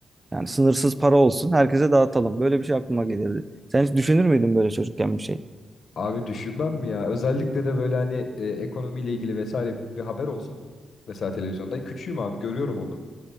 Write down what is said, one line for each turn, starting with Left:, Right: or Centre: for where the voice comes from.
Right: Yani sınırsız para olsun. Herkese dağıtalım. Böyle bir şey aklıma gelirdi. Sen hiç düşünür müydün böyle çocukken bir şey?
Left: Abi düşünmem mi ya? Özellikle de böyle hani e, ekonomiyle ilgili vesaire bir haber olsun. Mesela televizyonda. Küçüğüm abi görüyorum onu.